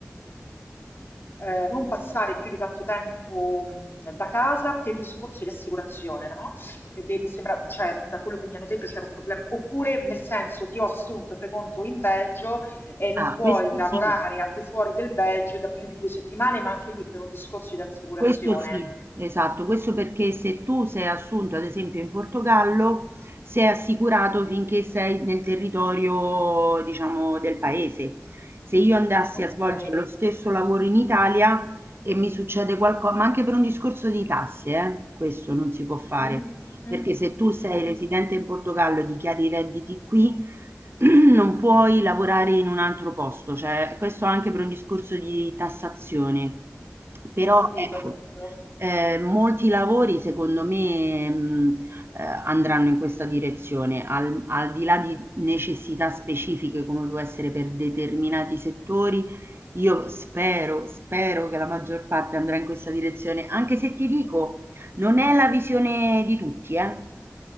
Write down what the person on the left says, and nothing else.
ehm, non passare più di tanto tempo, mhmm, da casa per un discorso di assicurazione, no, crede mi sembra cioè, da quello che mi hanno detto c'era un problem oppure nel senso ti ho assunto, fai conto, in Belgio e non
puoi
lavorare
al di fuori del Belgio da più di 2 settimane, ma anche lì per un discorso di assicurazione.
Okay.
Mh-mh, mh-mh,
mh-mh.
Ho capito,
ho capito.